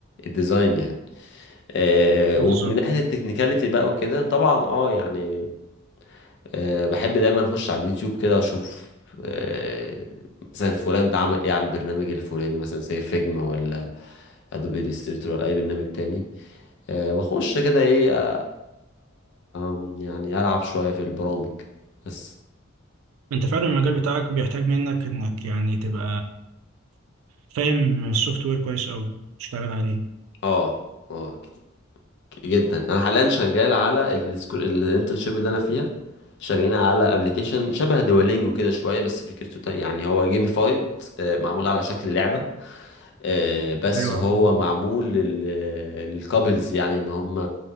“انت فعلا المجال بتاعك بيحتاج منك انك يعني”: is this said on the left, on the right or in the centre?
Right